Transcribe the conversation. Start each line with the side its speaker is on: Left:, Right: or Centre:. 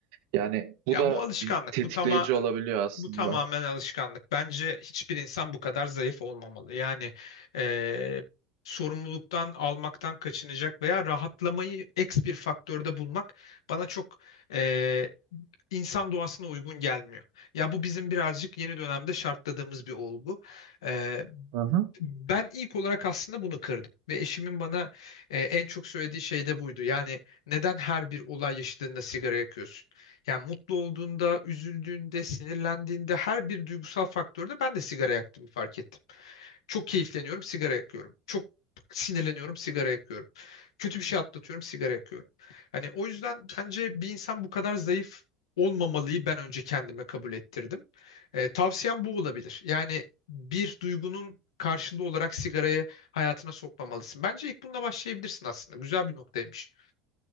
Right: Yani bu
Left: Ya
Right: da
Left: bu alışkanlık,
Right: bir tetikleyici
Left: bu tama
Right: olabiliyor aslında.
Left: bu tamamen alışkanlık. Bence hiçbir insan bu kadar zayıf olmamalı. Yani eee, sorumluluktan almaktan kaçınacak veya rahatlamayı eks bir faktörde bulmak bana çok eee, insan doğasına uygun gelmiyor. Ya bu bizim birazcık yeni dönemde şartladığımız bir olgu. Eee,
Right: Hı hı.
Left: ben ilk olarak aslında bunu kırdım ve eşimin bana eee, en çok söylediği şey de buydu. Yani neden her bir olay yaşadığında sigara yakıyorsun? Yani mutlu olduğunda, üzüldüğünde, sinirlendiğinde her bir duygusal faktörde ben de sigara yaktığımı fark ettim. Çok keyifleniyorum, sigara yakıyorum. Çok sinirleniyorum, sigara yakıyorum. Kötü bir şey atlatıyorum, sigara yakıyorum. Hani o yüzden bence bir insan bu kadar zayıf olmamalıyı ben önce kendime kabul ettirdim. Ee, tavsiyem bu olabilir. Yani bir duygunun karşılığı olarak sigarayı hayatına sokmamalısın. Bence ilk bununla başlayabilirsin aslında. Güzel bir noktaymış.